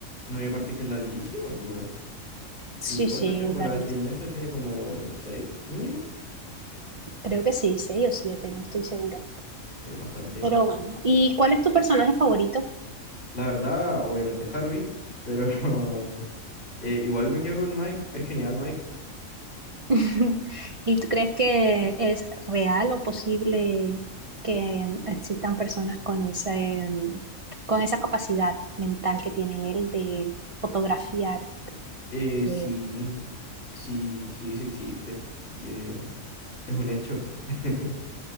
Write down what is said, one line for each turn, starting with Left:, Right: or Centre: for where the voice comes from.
Left: No, y aparte que es larguísima, pues, weón. Sí,
Right: Sí,
Left: ¿cuántas
Right: sí,
Left: temporadas
Right: la vi.
Left: tiene esa? Tiene como seis, mínimo.
Right: creo que sí, seis o siete, no estoy segura.
Left: Eh, bastante.
Right: Pero bueno, ¿y cuál es tu personaje favorito?
Left: La verdad, obviamente Harvey, pero <laughs> eh, igual me quedo con Mike. Es genial, Mike.
Right: <laughs> ¿Y tú crees que es real o posible que em, existan personas con esa, em, con esa capacidad mental que tiene él de fotografiar?
Left: Eh,
Right: Eh,
Left: sí, sí, sí, sí existe. y, eh, es un hecho. <laughs>